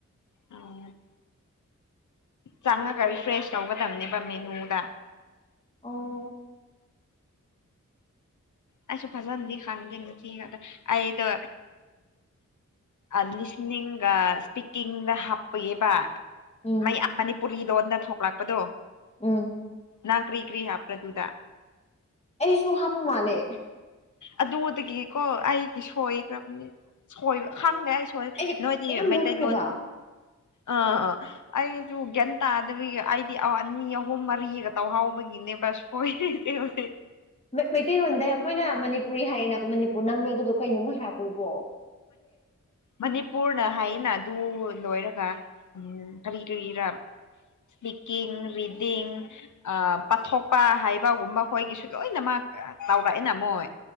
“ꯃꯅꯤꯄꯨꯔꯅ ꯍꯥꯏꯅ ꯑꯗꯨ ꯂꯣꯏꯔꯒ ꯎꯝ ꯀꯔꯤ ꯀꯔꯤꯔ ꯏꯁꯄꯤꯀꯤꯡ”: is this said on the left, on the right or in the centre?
Left